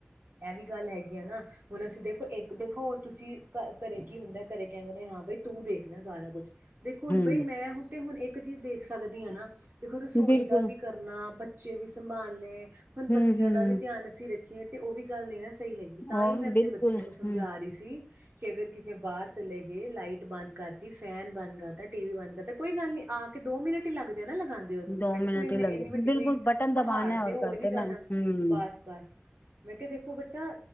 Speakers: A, on the right; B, on the left.
A: ਇਹ ਵੀ ਗੱਲ ਹੈਗੀ ਆ ਨਾ ਹੁਣ ਅਸੀਂ ਦੇਖੋ ਇੱਕ ਦੇਖੋ ਤੁਸੀਂ ਘਰੇ ਕੀ ਹੁੰਦਾ ਘਰੇ ਕਹਿੰਦੇ ਨੇ ਹਾਂ ਬਈ, ਤੂੰ ਦੇਖ ਲੈ ਸਾਰਾ ਕੁਛ, ਦੇਖੋ ਹੁਣ
B: ਹੂੰ
A: ਬਈ ਮੈਂ ਹੁਣ ਤੇ ਹੁਣ ਇੱਕ ਇੱਕ ਚੀਜ਼ ਦੇਖ ਸਕਦੀ ਹੈ ਨਾ, ਦੇਖੋ ਰਸੋਈ
B: ਬਿਲਕੁਲ
A: ਦਾ ਵੀ ਕਰਨਾ ਬੱਚੇ ਵੀ ਸੰਭਾਲਣੇ, ਹੁਣ
B: ਹੂੰ-ਹੂੰ
A: ਬੱਤੀਆਂ ਦਾ ਵੀ ਧਿਆਨ ਅਸੀਂ ਰੱ ਖੇ ਅਤੇ ਉਹ ਵੀ ਗੱਲ ਨਹੀਂ <unintelligible> ਸਹੀ ਹੈਗੀ ਤਾਂ
B: ਔਰ
A: ਹੀ ਮੈਂ ਆਪਣੇ
B: ਬਿਲਕੁਲ
A: ਬੱਚਿਆਂ
B: ਹੂੰ-ਹੂੰ।
A: ਨੂੰ ਸਮਝਾ ਰਹੀ ਸੀ, ਕਿ ਅਗਰ ਕਿਵੇਂ ਬਾਹਰ ਚਲੇੇਗੀ, ਜੇ ਲਾਈਟ ਬੰਦ ਕਰਤੀ ਫਿਰ ਫੈਨ ਬੰਦ ਕਰਤਾ, ਟੀ ਵੀ ਬੰਦ ਕਰਤਾ, ਕੋਈ ਗੱਲ ਨੀ ਆ ਕੇ ਦੋ ਮਿੰਟ ਹੀ ਲੱਗ <unintelligible> ਨਾ ਲਗਾਉਂਦੇ ਉਹਨੂੰ
B: ਦੋ
A: ਤੇ ਮੈਂ ਕਿਹਾ
B: ਮਿੰਟ
A: ਕੋਈ ਇੰਨੀ
B: ਹੀ ਲੱਗਦੇ
A: ਵੱਡੀ
B: ਬਿਲਕੁਲ
A: ਕੋਈ
B: ਬਟਨ
A: ਪਹਾੜ
B: ਦਬਾਨਾ ਹੈ
A: ਤੇ
B: ਔਰ
A: ਹੋ
B: ਕਰ
A: ਨੀ
B: ਦੇਨਾ
A: ਜਾਣਾ
B: ਹੂੰ-ਹੂੰ।
A: ਬਸ ਬਸ, ਮੈਂ ਕਿਹਾ ਦੇਖੋ ਬੱਚਾ